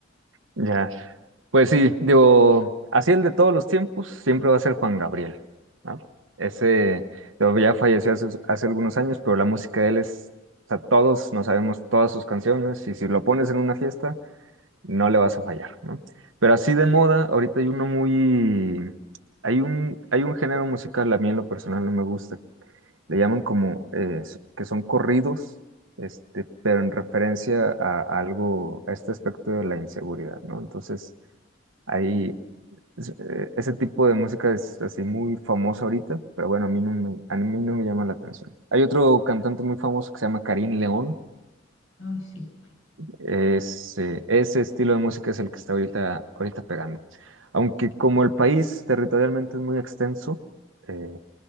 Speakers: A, on the right (about 80°); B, on the left (about 80°).
A: Ya. Pues sí, digo, así el de todos los tiempos siempre va a ser Juan Gabriel, ¿no? Ese, digo, ya falleció hace, hace algunos años, pero la música de él es, o sea, todos nos sabemos todas sus canciones y si lo pones en una fiesta, no le vas a fallar, ¿no? Pero así de moda, ahorita hay uno muy, hay un, hay un género musical, a mí en lo personal no me gusta, le llaman como, eh, que son corridos, este, pero en referencia a, a algo, a este aspecto de la inseguridad, ¿no? Entonces Ahí, es- eh, ese tipo de música es así muy famosa ahorita, pero bueno, a mí no me, a mí no me llama la atención. Hay otro cantante muy famoso que se llama Karim León.
B: <laughs> Ay, sí.
A: Es, eh, ese estilo de música es el que está ahorita, ahorita pegando. Aunque como el país territorialmente es muy extenso, eh,